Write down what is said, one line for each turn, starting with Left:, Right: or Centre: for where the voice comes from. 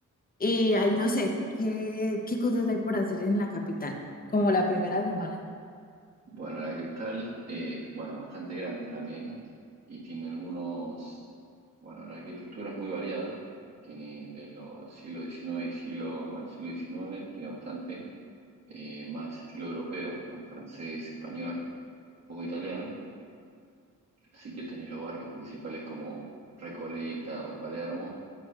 Left: y ahí no sé qué, qué cosas hay por hacer en la capital, como la primera semana.
Right: Bueno, la capital es, bueno, bastante grande también y tiene algunos, bueno, la arquitectura es muy variada. Tiene de los siglo XIX y siglo, bueno, siglo XIX, tiene bastante. eh, más estilo europeo, más francés, español, un poco italiano. Así que tenés los barrios principales como Recoleta o Palermo,